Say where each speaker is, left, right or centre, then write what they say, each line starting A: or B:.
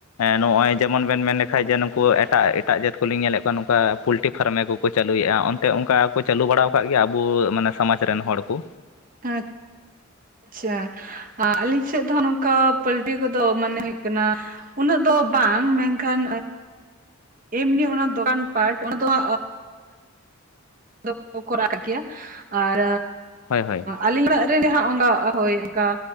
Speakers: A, on the left (about 85°); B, on the right (about 40°).
A: ᱱᱚᱜᱼᱚᱭ ᱡᱮᱢᱚᱱ ᱵᱮᱱ ᱢᱮᱱ ᱞᱮᱠᱟᱱᱡ ᱡᱮ ᱱᱩᱠᱩ ᱮᱴᱟᱜ ᱮᱴᱟᱜ ᱡᱟᱹᱛ ᱠᱚᱞᱤᱧ ᱧᱮᱞᱮᱫ ᱠᱚᱣᱟ ᱱᱚᱝᱠᱟ ᱯᱳᱞᱴᱤ ᱯᱷᱟᱨᱢᱮ ᱠᱚ, ᱠᱚ ᱪᱟᱹᱞᱩᱭᱮᱫᱼᱟ ᱚᱱᱛᱮ ᱚᱱᱠᱟ ᱠᱚ ᱪᱟᱹᱞᱩ ᱵᱟᱲᱟ ᱟᱠᱟᱫ ᱜᱮᱭᱟ ᱟᱵᱚ ᱢᱟᱱᱮ ᱥᱚᱢᱟᱡᱽ ᱨᱮᱱ ᱦᱚᱲ ᱠᱚ?
B: ᱟ ᱟᱪᱪᱷᱟ᱾ ᱟᱹᱞᱤᱧ ᱥᱮᱫ ᱫᱚ ᱱᱚᱝᱠᱟ ᱯᱟᱹᱞᱴᱤ ᱠᱚᱫᱚ ᱢᱟᱱᱮ ᱦᱩᱭᱩᱜ ᱠᱟᱱᱟ᱾ ᱩᱱᱟᱹᱜ ᱫᱚ ᱵᱟᱝ, ᱢᱮᱱᱠᱷᱟᱱ ᱮᱢᱱᱤ ᱚᱱᱟ ᱫᱚᱠᱟᱱ ᱯᱟᱴ ᱚᱱᱟ ᱫᱚ <inaudible> ᱫᱚ ᱠᱚᱨᱟᱣ ᱜᱮᱭᱟ, ᱟᱨ
A: ᱦᱳᱭ ᱦᱳᱭ
B: ᱟᱞᱤᱧ <inaudible> ᱚᱲᱟᱜ ᱨᱮ ᱦᱜ ᱚᱱᱠᱟ ᱦᱳᱭ ᱚᱱᱠᱟ,